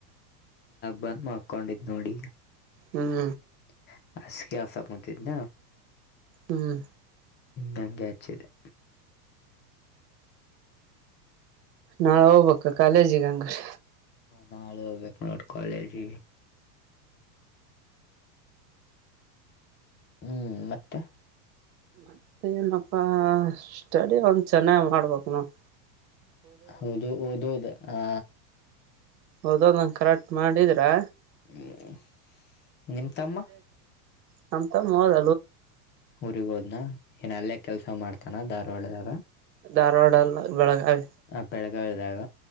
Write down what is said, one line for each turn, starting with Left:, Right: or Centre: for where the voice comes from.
Left: ಬಂದಮಲ್ಕೊಂಡಿದು ನೋಡಿ
Right: ಹ್ಮ್
Left: <unintelligible> ಆಡ್ತಾ ಕುಂತಿದ್ನ
Right: ಹ್ಮ್
Left: ಹಂಗೆ ಹಚ್ಚಿದ್ದೆ
Right: ನಾಳೆ ಹೋಗ್ಬೇಕ ಕಾಲೇಜಿಗೆ ಹಂಗರೆ
Left: ನಾಳೆ ಹೋಗಬೇಕು ನೋಡು ಕಾಲೇಜಿಗೆ ಹ್ಮ್ ಮತ್ತೆ
Right: ಮತ್ತ ಏನಪ್ಪಾ ಸ್ಟಡಿ ಒಂದ್ ಚೆನ್ನಾಗ್ ಮಾಡ್ಬೇಕ್ ನೋಡು
Left: ಹೌದು ಹೌದುದು ಆ
Right: ಹೌದಹೌದು ನಂಗ ಕರೆಕ್ಟ್ ಮಾಡಿದ್ರಾ
Left: ಹ್ಮ್ ನಿಮ್ಮ ತಮ್ಮ
Right: ನನ್ನ ತಮ್ಮ ಹೋದ
Left: ಊರಿಗ್ ಹೋದ್ನಾ ಏನ ಅಲ್ಲೇ ಕೆಲ್ಸ ಮಾಡ್ತಾನ ಧಾರವಾಡದಾಗ
Right: ಧಾರವಾಡ ಅಲ್ಲ ಬೆಳಗಾವಿ
Left: ಆ ಬೆಳಗಾವಿದಾಗ